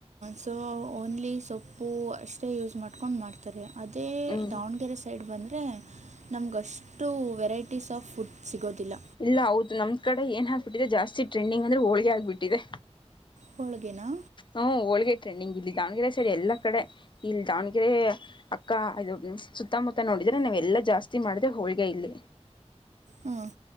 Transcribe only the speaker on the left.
ಹ್ಞೂ
ಇಲ್ಲ ಹೌದು ನಮ್ಮ ಕಡೆ ಏನಕ್ಬಿಟ್ಟಿದೆ ಜಾಸ್ತಿ ಟ್ರೆಂಡಿಂಗ್ ಅಂದ್ರರೆ ಹೋಳ್ಗೆ ಆಗ್ಿಬಿಟ್ಟಿದೆ
ಹ ಹೋಳ್ಗ ಇಟ್ರೇಣ ನಿಂಗ ಇಲ್ಲಿ ದಾವಣಗೆರೆ ಸೈಡ್ ಎಲ್ಲಾ ಕಡೆ ಇಲ್ಲಿ ದಾವಣಗೆರೆ ಅಕ್ಕ ಇದು ಸುತ್ತಮುತ್ತ ನೋಡಿದ್ರೆ ನಾವ ಎಲ್ಲಾ ಜಾಸ್ತಿ ಮಾಡಿದ್ರೆ ಹೋಳ್ಗೆ ಇಲ್ಲಿ